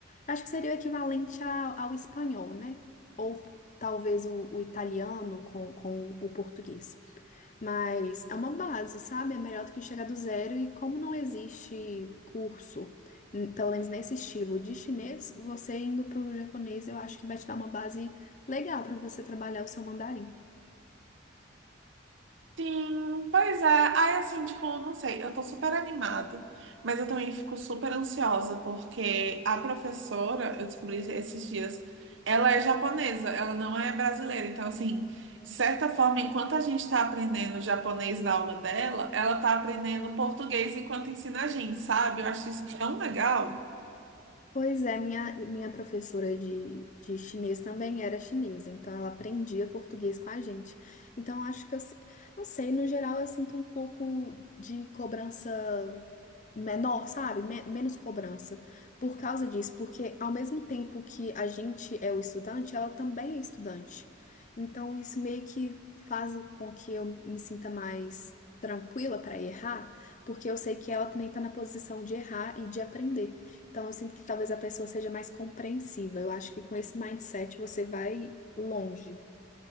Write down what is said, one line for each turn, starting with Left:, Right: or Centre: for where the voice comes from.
Left: acho que seria o equivalente a- ao espanhol, né? Ou talvez o, o italiano com, com o português. Mas é uma base, sabe? É melhor do que chegar do zero. E como não existe curso, n- pelo menos nesse estilo de chinês, você indo para o japonês, eu acho que vai te dar uma base legal para você trabalhar o seu mandarim.
Right: Sim, Pois é, aí assim, tipo, não sei, eu tô super animada, mas eu também fico super ansiosa, porque a professora, eu descobri esses dias, ela é japonesa, ela não é brasileira, então assim, de certa forma, enquanto a gente tá aprendendo japonês na aula dela, ela tá aprendendo português enquanto ensina a gente, sabe? Eu acho isso tão legal.
Left: Pois é, minha, minha professora de, de chinês também era chinesa, então ela aprendia português com a gente. Então acho que eu, se- não sei, no geral eu sinto um pouco de cobrança menor, sabe? Me- menos cobrança por causa disso, porque ao mesmo tempo que a gente é o estudante, ela também é estudante. Então isso meio que faz com que eu me sinta mais tranquila para errar, porque eu sei que ela também está na posição de errar e de aprender. Então, eu sinto que talvez a pessoa seja mais compreensiva. Eu acho que com esse mindset você vai longe.